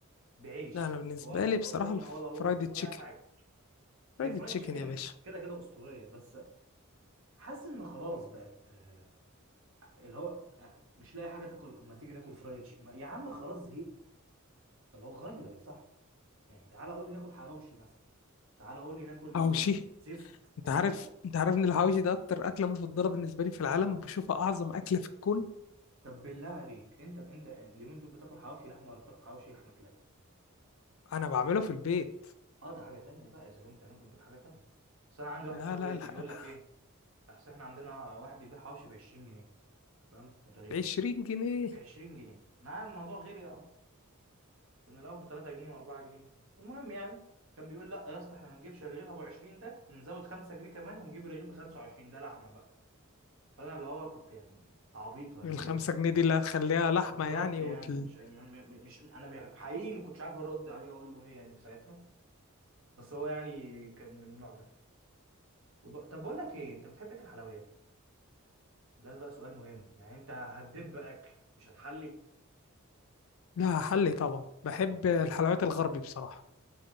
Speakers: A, on the right; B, on the left.
A: بعيش
B: لا انا بالنسبه
A: ولا
B: لي
A: مكرونه
B: بصراحه الفرايد
A: ولا رز ولا
B: تشيكن
A: اي حاجه هي
B: فرايد
A: فرايد
B: تشيكن
A: تشيكن
B: يا باشا
A: كده كده اسطوريه بس حاسس ان خلاص بقت آه، اللي هو مش لاقي حاجه تاكل ما تيجي ناكل فرايد تشيكن يا عم خلاص زهقت اللي هو غير يا صاحبي يعني تعالى قول لي ناكل حواوشي مثلا تعالى قول لي ناكل
B: حواوشي
A: زفت
B: انت
A: اي
B: عارف
A: حاجه
B: انت عارف ان الحواوشي ده اكتر اكله مفضله بالنسبه لي في العالم وبشوفها اعظم اكله في الكون
A: طب بالله عليك انت انت اليومين دول بتاكل حواوشي لحمه ولا بتاكل حواوشي لحمه كلاب
B: انا بعمله في البيت
A: اه ده حاجه تانية بقى اذا كان بتعمل في البيت حاجه تانية بس انا عندي واحد
B: لا
A: صاحبي
B: لا الح-
A: بيقول
B: الح-
A: لك ايه اصل احنا عندنا واحد بيبيع حواوشي ب 20 جنيه فاهم من الرغيف
B: العشرين جنيه
A: ب 20 جنيه انا عارف الموضوع غالي قوي كان الاول ب 3 جنيه و4 جنيه المهم يعني كان بيقول لا يا اسطى احنا ما نجيبش الرغيف ابو 20 ده نزود 5 جنيه كمان ونجيب الرغيف ب 25 ده لحمه بقى فانا اللي هو كنت يعني تعبيط ولا
B: الخمسة
A: ايه يا اسطى
B: جنيه دي اللي هتخليها لحمة
A: بالظبط
B: يعني
A: يعني
B: وتل...
A: مش م- م- مش انا حقيقي ما كنتش عارف ارد عليه اقول له ايه يعني في ساعتها بس هو يعني كان من النوع ده وب... طب بقول لك ايه انت بتحب ايه في الحلويات ده بقى سؤال مهم يعني انت هتدب اكل مش هتحلي
B: لا حلي طبعا بحب
A: على حاجة.
B: الحلويات الغربي بصراحة